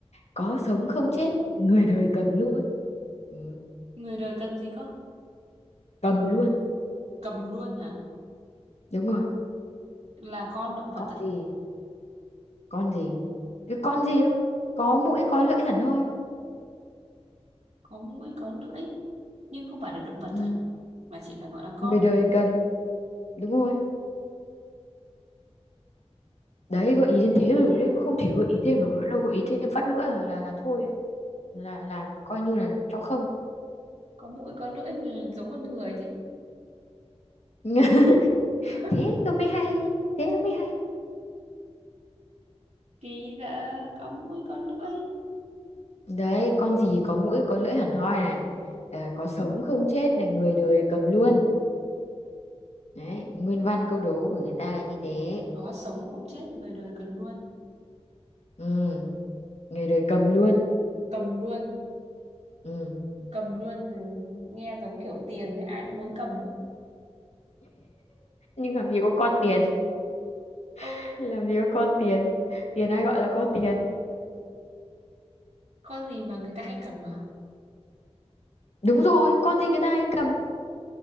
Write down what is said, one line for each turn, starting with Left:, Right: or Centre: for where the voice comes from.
Left: có sống không chết người đời cầm luôn ừ,
Right: người đời cần gì cơ
Left: cầm luôn
Right: Cầm luôn hả?
Left: đúng rồi
Right: Là con động vật
Left: con
Right: à?
Left: gì con gì cái con gì thôi có mũi có lưỡi hẳn hoi
Right: Có mũi, có lưỡi. Nhưng không phải là động vật
Left: ừ,
Right: à? Mà chỉ là gọi là con.
Left: người đời cầm đúng rồi đấy gợi ý đến thế rồi đấy không thể gợi ý thêm được nữa đâu gợi ý thêm phát nữa là là, là thôi ấy. là là coi như là cho không
Right: Có mũi, có lưỡi thì giống con người thế.
Left: <laughs>
Right: <laughs>
Left: thế nó mới hay thế nó mới hay
Right: Kỳ lạ, có mũi, có lưỡi.
Left: đấy con gì có mũi có lưỡi hẳn hoi à Ờ, có sống không chết này người đời cầm luôn đấy nguyên văn câu đố của người ta là như thế
Right: Có sống không chết, người đời cần luôn.
Left: ừ, người đời cầm luôn
Right: Cầm luôn.
Left: ừ.
Right: Cầm luôn ừ, nghe giống kiểu tiền ấy, ai cũng muốn cầm ấy.
Left: nhưng làm gì có con tiền
Right: Ừ.
Left: <laughs> làm gì có con tiền tiền ai gọi là có tiền
Right: Con gì mà người ta hay cầm à?
Left: đúng rồi con gì người ta hay cầm